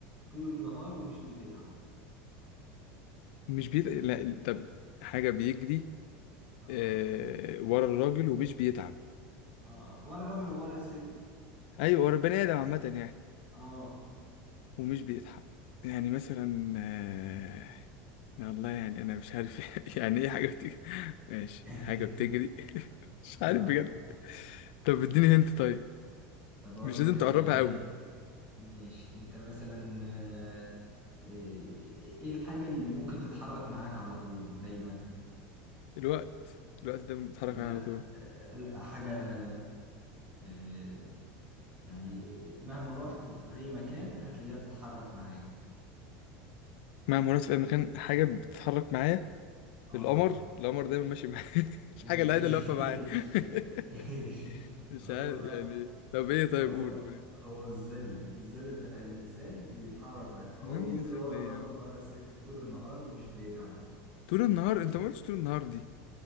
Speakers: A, on the right (about 20°); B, on the left (about 65°).
A: طول النهار ومش بتتعب
B: مش بيت... لا ال- طب حاجة بيجري
A: اه
B: آه... ورا الراجل ومش بيتعب
A: اه ورا الراجل او ورا الست
B: أيوة ورا البني آدم عامة يعني
A: اه
B: ومش بيتعب يعني مثلا آه... يا الله يعني أنا مش عارف <laughs> يعني إيه حاجة بتجري ماشي
A: <laughs>
B: حاجة بتجري <laughs> مش
A: اه
B: عارف بجد طب اديني هنت طيب
A: طب اقول
B: مش لازم
A: لك انا
B: تقربها
A: يعني
B: قوي
A: انت ماشي انت مثلا آه، ايه إيه الحاجة اللي ممكن تتحرك معاك على طول دايما
B: الوقت الوقت دايما بيتحرك
A: لا
B: معايا على طول
A: آه، لا حاجة آه، يعني مهما رحت في اي مكان هتلاقيها بتتحرك معاك
B: مع مرات في أي مكان حاجة بتتحرك معايا
A: اه
B: القمر القمر دايما ماشي معايا <laughs>
A: إيه-
B: الحاجة الوحيدة اللي واقفة معايا <laughs>
A: <laughs>
B: مش
A: هو
B: عارف يعني طب ايه طيب
A: هو
B: قول قول انت.
A: هو الظل الظل بتاع الإنسان بيتحرك معاه فهو
B: يا عم
A: بيجري
B: زل
A: ورا
B: ايه
A: الراجل
B: يا عم
A: ورا الست طول النهار ومش بيتعب
B: طول النهار انت ما قلتش طول النهار دي